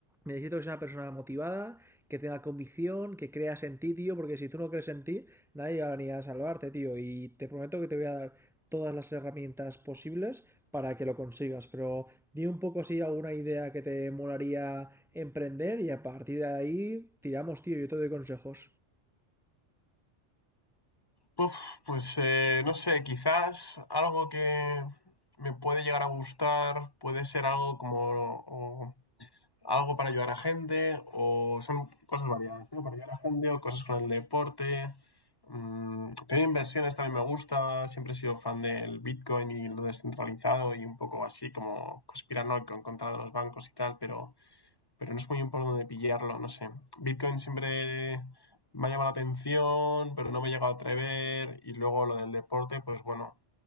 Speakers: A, in the centre; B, on the left (about 20°).
A: Necesito que seas una persona motivada, que tenga convicción, que creas en ti, tío, porque si tú no crees en ti, nadie va a venir a salvarte, tío. Y te prometo que te voy a dar todas las herramientas posibles para que lo consigas. Pero di un poco si alguna idea que te molaría emprender y a partir de ahí tiramos, tío, yo te doy consejos.
B: Uf, pues eh, no sé, quizás algo que me puede llegar a gustar puede ser algo como o algo para ayudar a gente, o son cosas variadas, ¿no? Para ayudar a gente, o cosas con el deporte. Mm, tener inversiones también me gusta, siempre he sido fan del Bitcoin y lo descentralizado y un poco así como conspiranoico en contra de los bancos y tal, pero pero no es muy importante pillarlo, no sé. Bitcoin siempre me ha llamado la atención, pero no me he llegado a atrever. Y luego lo del deporte, pues bueno,